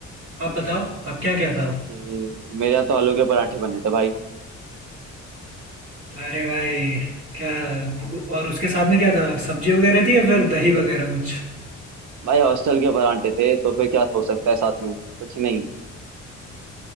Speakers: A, on the right (about 45°); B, on the right (about 70°).
A: आप बताओ आप क्या क्या था
B: ओके मेरे यहाँ तो आलू के पराठे बने थे भाई
A: अरे भाई क्या वो-
B: अरे
A: और उसके साथ में क्या था सब्जी वगैरह थी या फिर दही वगैरह कुछ
B: भाई हॉस्टल के पराठे थे तो फिर क्या हो सकता है साथ में कुछ नहीं